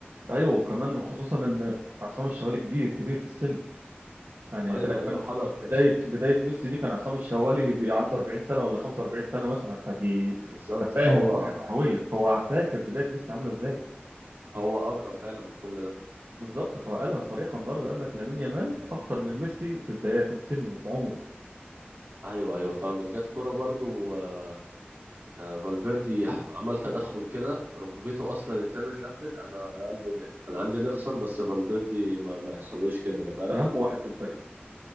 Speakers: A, on the right; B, on the right.
A: ايوه وكمان خصوصا ان عصام الشوالي كبير كبير في السن يعني
B: ايوه
A: تقريبا
B: ايوه حضر
A: بدايه بدايه ميسي دي كان عصام الشوالي <laughs> بي- عنده 40 سنه ولا 45 سنه مثلا فبي
B: بالظبط
A: ففاهم
B: فهو
A: وعي كرويا فهو فاكر بدايه ميسي عامله ازاي
B: هو أدرى فعلا بكل ده
A: بالظبط فقالها صريحه النهارده قال لك لامين يامال اخطر من ميسي في بداياته في سنه في عمره
B: ايوه ايوه فاهمك جت كورة برضو آه، آه، فالفيردي عمل تدخل كده ركبته اصلا التاني اتلفت انا أنا قلبي وقع انا عندي نخسر بس فالفيردي ما, ما يحصلوش كده فاهم
A: اهم واحد في الفريق